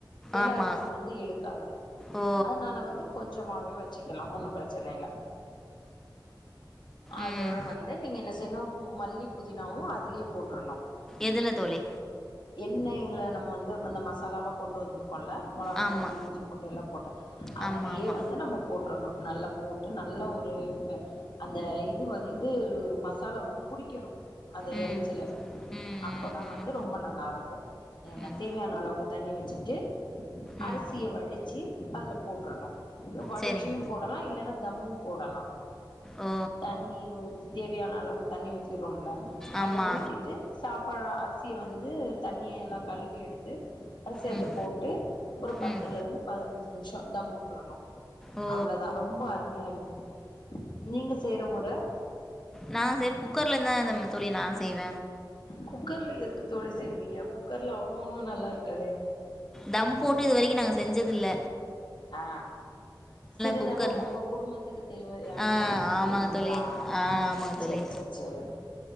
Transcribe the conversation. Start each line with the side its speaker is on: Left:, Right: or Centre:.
Left: செல
Centre: ஆமா
Left: அரிசி வந்து இழுக்காது
Centre: ஓ
Left: அதனால வந்து கொஞ்சமாவையு வெச்சிகலா ஒன்னு ப்ரெச்சனையில அதோட
Centre: ம்
Left: வந்து நீங்க என்ன செய்ணு ம மல்லி புதினாவோ அதுலியே போட்டுருணு
Centre: எதுல தோழி
Left: எண்ணெயில் நம்ம வந்து இந்த மசாலாவ கொண்டு வந்துருப்போல மொளகாத்தூள்
Centre: ஆமா
Left: இஞ்சி பூண்டு எல்லா போட்ட அதுலியே
Centre: ஆமா ஆமா
Left: வந்து நம்ம போட்றணு நல்லா போட்டு நல்ல ஒரு அந்த இது வந்து மசாலா வந்து புடிக்கணு அந்த
Centre: ம்
Left: இறைச்சில
Centre: ம்
Left: அப்பதா
Centre: ம் ம்
Left: வந்து ரொம்ப நல்லா இருக்கு நீ நா
Centre: ம்
Left: தேவையான அளவுக்கு தண்ணி வச்சுட்டு அரிசிய
Centre: ம்
Left: வடிச்சி அதுலப் போட்ரணு வடிச்சியு
Centre: சரிங்க
Left: போடலா இல்லன்னா தம்மு போடலா
Centre: ஓ
Left: தண்ணி ஊத்தி தேவையான அளவுக்கு தண்ணி ஊத்திறோம்ல
Centre: ஆமா
Left: அந்த ஊத்திட்டு சாப்பாடு அரிசிய வந்து தண்ணிய எல்லா கழுவி எடுத்து அரிசி அதுல
Centre: ம்
Left: போட்டு ஒரு பத்துல
Centre: ம்
Left: இருந்து பதினஞ்சு நிமிஷோ தம் வுட்றணு
Centre: ஓ
Left: அவ்ளதா ரொம்ப அருமையா இருக்கு நீங்க செய்ற மொற
Centre: நா செய்ற குக்கர்ல தா இந்த தோழி நா செய்வ
Left: குக்கர்ல எதுக்கு தோழி செய்றீங்க குக்கர்ல அவ்ளோ ஒன்னு நல்லா இருக்காதே
Centre: தம் போட்டு இது வரைக்கு நாங்க செஞ்சது இல்ல
Left: ஆ சிறிதளவு
Centre: குக்கர்
Left: உங்க குடும்பத் துக்கு தேவையான
Centre: ஆ
Left: மாரி செஞ்சுக்குருவீங்ளா
Centre: ஆமாங்க தோழி ஆ ஆமாங்க தோழி
Left: சேர் சேர் செரி